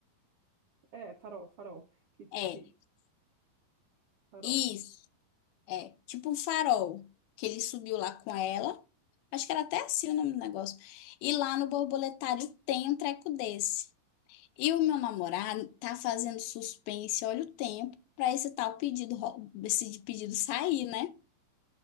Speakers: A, on the right; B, on the left.
A: É, Farol, Farol. Que,
B: É,
A: que, Farol.
B: isso. É, tipo um farol que ele subiu lá com ela. Acho que era até assim o nome do negócio. E lá no borboletário tem um treco desse. E o meu namorado tá fazendo suspense, olha o tempo, pra esse tal pedido, ro- esse pedido sair, né?